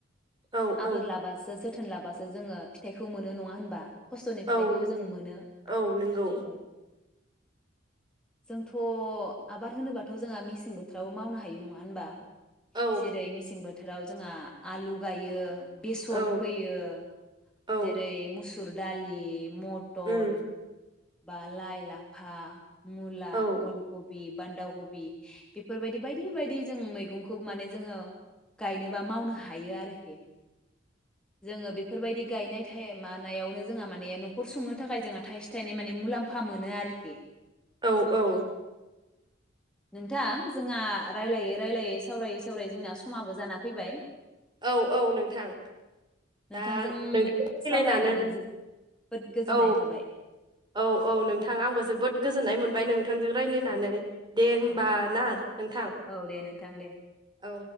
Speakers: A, on the right; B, in the centre.
A: औ
B: <unintelligible>
A: औ
B: आबोर लाबासो जोथोन लाबासो जोङो फिथाइखौ मोनो नङा होनबा? खस्थ'नि
A: औ
B: फिथाइखौ
A: नों
B: जों मोनो।
A: औ नोंगौ
B: औ जोंथ' आबाद होनोबथ' जोंहा मिस सें बोथोरावो मावनो हायो नङा होनबा
A: औ
B: सिरै मिसिं बोथ बोथोराव जोंहा आलु गायो बेसर
A: औ
B: फैयो
A: औ
B: जेरै मुस सुरडालि मटर
A: उम
B: बा लाय लाफा मुला
A: औ
B: अल कब बि बान्दाखबि बेफोरबायदि बायदि बायदि जों मैगंखौ माने जोंङो गायनो बा मावनो हायो आरोखि जोंङो बेफोरबादि गायनाय टायेम मानाव जों माने नखर सुंनो थाखाय जोङो थायस थानै माने मुलाम्फा मोनो आरोखि
A: औ औ
B: नोंथां जोंहा रायलायै रायलायै सावरायै सावरायै जोंना समाबो जाना फैबाय
A: औ औ नोंथां दा
B: नोंथांजों
A: नोंथां
B: सावरायनानै
A: <inaudible> नानै
B: जोबोद गोजोननाय
A: औ
B: थाबाय
A: औ औ नोंथां आंबो जोबोद गोजोननाय मोनबाय नोंथां थांजों रायज्लायनानै
B: औ
A: दे होमबा
B: औ औ
A: ना नोंथां
B: औ दे नोंथां दे
A: औ